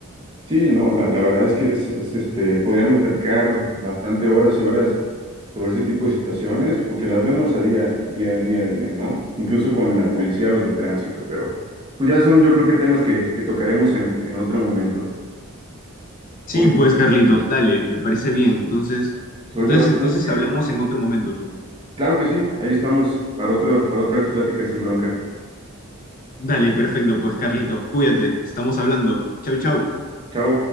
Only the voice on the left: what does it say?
Sí,
pues Carlitos, dale, me parece bien. Entonces,
entonces,
entonces
hablamos en otro momento.
Dale, perfecto, pues Carlitos, cuídate, estamos hablando. Chau, chau.